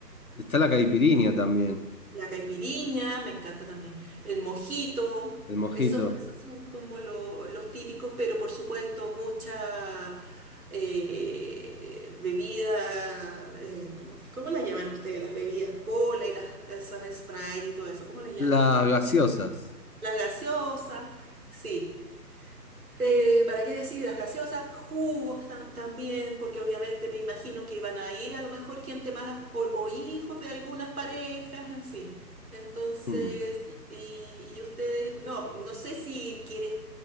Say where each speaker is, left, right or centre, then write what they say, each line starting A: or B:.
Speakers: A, on the left; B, on the right.
A: Está la caipirinha también,
B: la caipiriña, me encanta también. El mojito,
A: el mojito.
B: esos, esos son como lo- los típicos, pero por supuesto mucha eh, bebida, eh, ¿cómo, cómo la llaman ustedes? Las bebidas cola y las, esos Sprite y todo eso, ¿cómo les
A: Las
B: llaman?
A: gaseosas.
B: Las gaseosas, sí. Eh, ¿para qué decir las gaseosas? Jugos ta- también, porque obviamente me imagino que iban a ir a lo mejor gente más o, o hijos de algunas parejas, en fin. Entonces,
A: Mm.
B: y, y ustedes, no, po- no sé si quieres